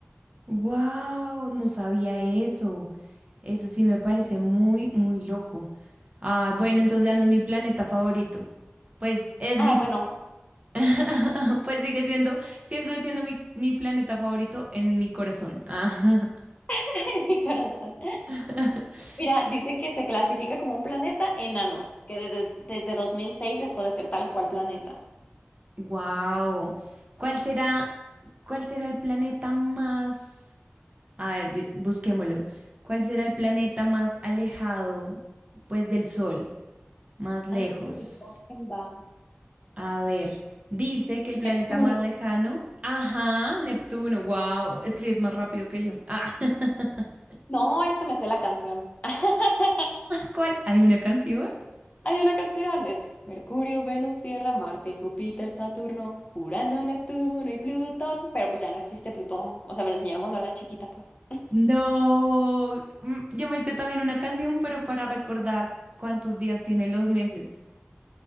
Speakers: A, on the right (about 30°); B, on the left (about 30°).
A: wow, no sabía eso. Eso sí me parece muy, muy loco. Ah, bueno, entonces ya no es mi planeta favorito. Pues es
B: Ah,
A: mi
B: bueno,
A: <laughs> Pues sigue siendo, sigue siendo mi, mi planeta favorito en mi corazón. Ah.
B: <laughs> en mi corazón.
A: <laughs>
B: Mira, dice que se clasifica como un planeta enano, que desde, desde 2006 dejó de ser tal cual planeta.
A: Wow. ¿Cuál será, cuál será el planeta más? A ver, vi- busquémoslo. ¿Cuál será el planeta más alejado, pues, del Sol? Más lejos.
B: Antes de que Plutón, va.
A: A ver, dice que el planeta
B: Neptuno.
A: más lejano. Ajá, Neptuno. Wow. Escribes más rápido que yo. Ah. <laughs>
B: No, es que me sé la canción. <laughs>
A: ¿Cuál? ¿Hay una canción?
B: Hay una canción, es Mercurio, Venus, Tierra, Marte, Júpiter, Saturno, Urano, Neptuno y Plutón. Pero pues ya no existe Plutón. O sea, me lo enseñaron cuando era chiquita, pues.
A: No, mm, yo me esté también una canción, pero para recordar cuántos días tienen los meses.